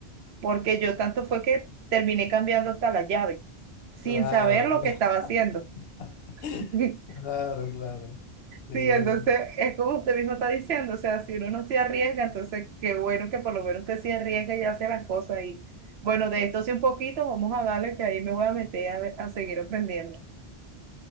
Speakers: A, on the right; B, on the left.
A: porque yo tanto fue que terminé cambiando hasta la llave, sin
B: Claro,
A: saber lo
B: claro,
A: que estaba haciendo.
B: <laughs>
A: <laughs>
B: claro, claro. Qué
A: Sí,
B: bueno.
A: entonces es como usted mismo está diciendo, o sea, si uno no se arriesga, entonces qué bueno que por lo menos usted se arriesga y hace las cosas. Y bueno, de esto sí un poquito, vamos a darle que ahí me voy a meter a, ver- a seguir aprendiendo.